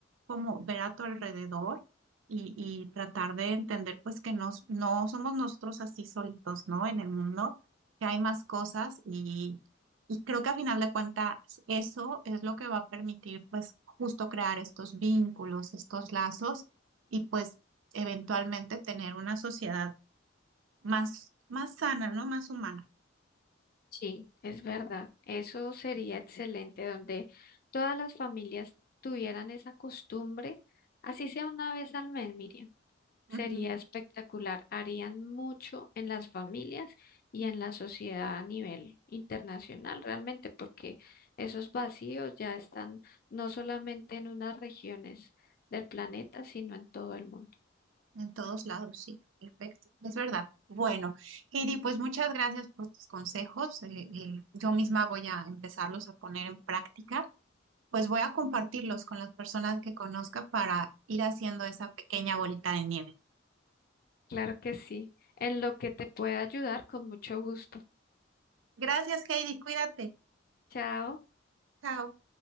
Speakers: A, on the right (about 85°); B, on the left (about 50°).
A: como ver a tu alrededor y, y tratar de entender pues que nos no somos nosotros así solitos, ¿no? En el mundo, que hay más cosas y, y creo que a final de cuentas eso es lo que va a permitir pues justo crear estos vínculos, estos lazos y pues eventualmente tener una sociedad más, más sana, ¿no? Más humana.
B: Sí, es verdad. Eso sería excelente, donde todas las familias tuvieran esa costumbre, así sea una vez al mes, Miriam.
A: Ujú.
B: Sería espectacular. Harían mucho en las familias y en la sociedad a nivel internacional, realmente, porque esos vacíos ya están no solamente en unas regiones del planeta, sino en todo el mundo.
A: En todos lados, sí, perfecto, es verdad. Bueno, Heidi, pues muchas gracias por tus consejos. eh, eh, yo misma voy a empezarlos a poner en práctica. Pues voy a compartirlos con las personas que conozca para ir haciendo esa pequeña bolita de nieve.
B: Claro que sí. En lo que te pueda ayudar, con mucho gusto.
A: Gracias, Heidi, cuídate.
B: Chao.
A: Chao.